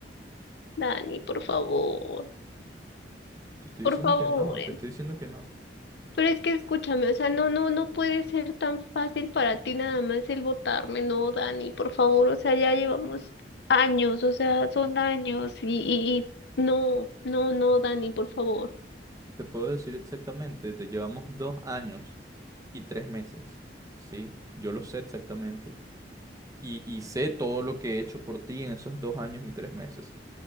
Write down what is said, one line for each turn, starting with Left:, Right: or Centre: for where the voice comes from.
Left: Dani, por favor,
Right: Te estoy
Left: por
Right: diciendo
Left: favor,
Right: que no, te estoy diciendo que no.
Left: Pero es que escúchame, o sea, no, no, no puede ser tan fácil para ti nada más el votarme, no, Dani, por favor, o sea, ya llevamos años, o sea, son años y, y, y no, no, no, Dani, por favor.
Right: Te puedo decir exactamente, te llevamos dos años y tres meses. ¿Sí? Yo lo sé exactamente. Y, y sé todo lo que he hecho por ti en esos dos años y tres meses.